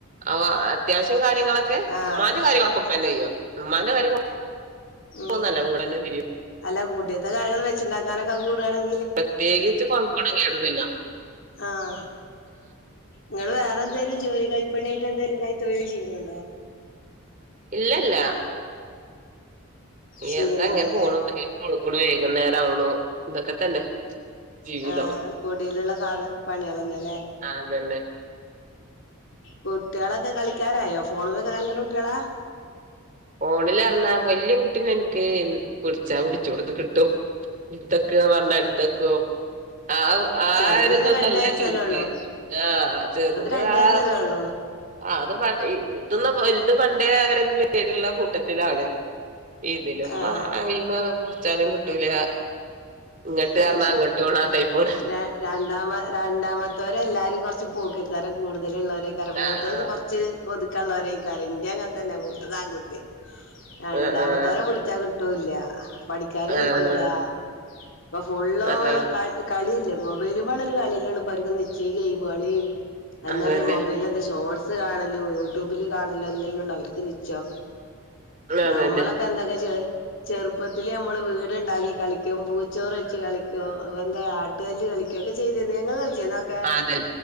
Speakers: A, on the right; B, on the left.
A: ഓഹ് അത്യാവശ്യം കാര്യ കാര്യങ്ങളൊക്കെ
B: ആഹ്
A: ഉമ്മാന്റെ കാര്യങ്ങളൊക്കെ നല്ലയ്യോ ഉമ്മാന്റെ കാര്യം
B: ഉം
A: ഉ ന്നല്ല വീടെന്നെ <unintelligible>
B: അല്ല കൂട്ടെത് ദ കരങ്ങള് വെച്ച്ണ്ടാക്കാനൊക്കെ കൂടാണെൻ
A: പ്രത്യേകിച്ച് കൊൺകെടൊകെ റ്റുന്നില്ല
B: ആഹ് ങ്ങള് വേറെന്തേലും ജോലി കൈപ്പണിയായിട്ട് എന്തേലും കൈ തൊഴിൽ ചെയ്യുന്നുണ്ടോ?
A: ഇല്ലല്ല ഈ
B: ചെയ്യണില്ലല്ലേ
A: എന്താ ഇങ്ങനെ പോണു കൊളുക്കുണേ വൈകുന്നേരാവുണു തൊക്കെ തന്നെ ജീവിതം
B: ആഹ പൊടിയിലുള്ള സാധ പണികൾ തന്നെല്ലേ
A: അതന്നെ
B: കുട്ടികളൊക്കെ കളിക്കാരായോ ഫോണിലൊക്കെ കളിക്കണ കുട്ടികളാ
A: ഫോണിലറഞ്ഞാ വല്യ കുട്ടീെ എനിക്ക് പിടിച്ചാ പിടിച്ച കട കിട്ടും എടുത്തക്കന്ന് പറഞ്ഞാ എടുത്തക്കും ആ ആരിതൊന്നല്ല
B: ചെറുത് പിന്നെ രണ്ട് വയസ്സല്ലേ
A: ചെറുത്
B: ഉള്ളൂ
A: ആഹ് ചെറുത്
B: രണ്ട്
A: ആ
B: വയസ്സല്ലേ ഉള്ളൂ
A: അ അത് പ ഇലത് പണ്ടേ പേടിയുള്ള കൂട്ടത്തിലാണ്. ഇതിന്പ്പ
B: ആഹ്
A: ആ അച്ചാലും കിട്ടൂല. ഇങ്ങട്ട്
B: അ
A: പറഞ്ഞാ
B: ശരി
A: അങ്ങട്ട് പോണ ആ ടൈപ്പാണ്
B: ര രണ്ടാമ രണ്ടാമത്തെ ഇത്തവരെല്ലാരും കുറച്ച് പോക്രിത്തരം കൂടുതലുള്ളവ മൂത്തത്
A: ആഹ്
B: കുറച്ച് ഒതുക്കാനുള്ളവരായി എൻറെ അങ്ങനെ തന്നെ മൂത്തത് ആൺ എ രണ്ടാമത്തോരെ
A: ആഹ്
B: പിടിച്ചാ കിട്ടു ഒട്ടുംല്ലാ പഠിക്കാനും
A: ആഹ്
B: കിട്ടൂല ഉ ഇപ്പൊ ഫുൾ
A: ആഹ്
B: ഉള്ള
A: ആഹ്
B: ക കളിയല്ലേ മൊബൈലും വാളൊരു കാലയല്ലേ ഉള്ളൂ ഇപ്പർക്കെച്ച ഗെയിമു കളിയായി അന്ന
A: അതന്നെ
B: ദേ മൊബൈൽ എന്താ ഷോ ന്ത് കാണലോ യൂട്യൂബില് കാണലോ എല്ലെല്ലാം ഉണ്ട അവർക്ക് നിച്ചോ
A: ആ
B: ഞമ്മളൊക്കെ
A: അതന്നെ
B: എന്തൊക്കെ ചെയ്യാ ചെറുപ്പത്തില് നമ്മള് വീടുണ്ടാക്കി കളിക്കും പൂ ചോറ് വച്ച് കളിക്കും വന്ത തല് കളിക്കോക്കെ ചെയ്തിരുന്നു നിങ്ങൾ കളിക്കോ
A: അതെ